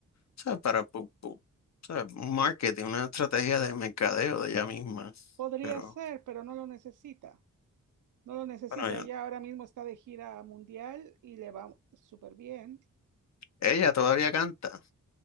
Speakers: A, on the left; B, on the right.
A: ¿sabes? Para pu- pu- ¿sabes? un marketing, una estrategia de mercadeo de ella misma.
B: Podría
A: Pero
B: ser, pero no lo necesita. No lo necesita,
A: bueno,
B: ella
A: yo-
B: ahora mismo está de gira mundial y le va súper bien.
A: ella todavía canta.